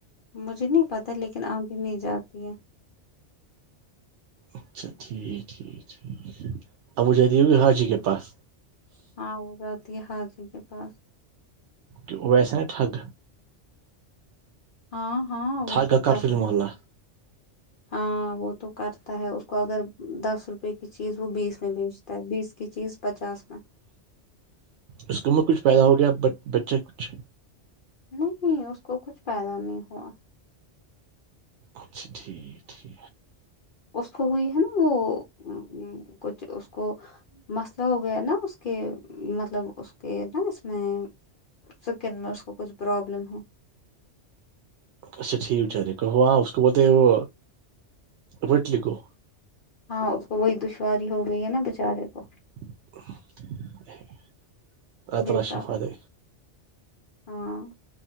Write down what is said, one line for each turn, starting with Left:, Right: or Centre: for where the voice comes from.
Left: مجھے نہیں پتا لیکن اگے نہیں جاتی ہے
Right: اچھا ٹھیک ٹھیک ٹھیک اب وہ جاتی ہوگی حاجی کے پاس
Left: ہاں وہ جاتی ہے حاجی کے پاس
Right: کی اویس ہے نہ ٹھگ
Left: ہاں ہاں وہ
Right: ٹھگ
Left: تو
Right: کا کارفل
Left: کرتا
Right: محلہ
Left: ہے ہاں وہ تو کرتا ہے اس کو اگر دس روپ روپ کی چیز وہ بیس میں بیچتا ہے بیس کی چیز پچاس میں
Right: اس کو مت کچھ پیدا ہوا بچے کچھ
Left: نہیں اس کو کچھ پیدا نہیں ہوا
Right: اچھ ٹھیک ٹھیک
Left: اس کو ہوئی ہے نا وہ کچھ اس کو مسئلہ ہو گیا نا اس کے مطلب اس کے نا اس میں سکن میں اس کو کچھ پرابلم ہے
Right: اچھا ٹھیک بچارے کہ ہاں اس کو بولتے ہیں وہ وٹلی کو
Left: ہاں اس کو وہی دشواری ہو گئی ہے نا بچارے کو
Right: <inaudible> اللہ
Left: بےچارہ
Right: شفا دے
Left: ہاں